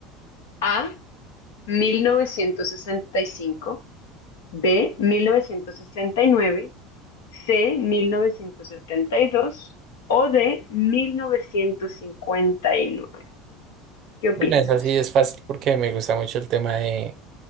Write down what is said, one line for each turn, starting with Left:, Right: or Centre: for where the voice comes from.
Left: A, 1965, B, 1969, C, 1972 o D, 1959. ¿Qué opinas?
Right: Bueno, esa sí es fácil porque me gusta mucho el tema de,